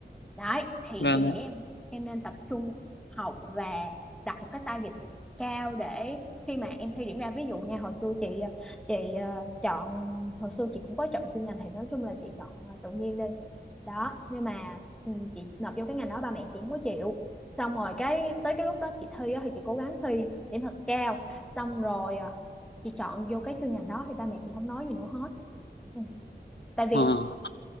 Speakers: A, in the centre; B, on the left.
A: đấy thì
B: vâng
A: chị nghĩ
B: ạ
A: em em nên tập trung học và đặt một cái target cao để khi mà em thi điểm ra ví dụ nha hồi xưa chị ờ, chị ờ, chọn hồi xưa chị cũng có chọn chuyên ngành thì nói chung là chị chọn ờ, tự nhiên đi đó nhưng mà ừ, chị nộp vô cái ngành đó ba mẹ chị không có chịu xong rồi cái tới cái lúc đó chị thi á, thì chị cố gắng thi điểm thật cao xong rồi ờ, chị chọn vô cái chuyên ngành đó thì ba mẹ chị không nói gì nữa hết ừ. tại vì
B: ờ,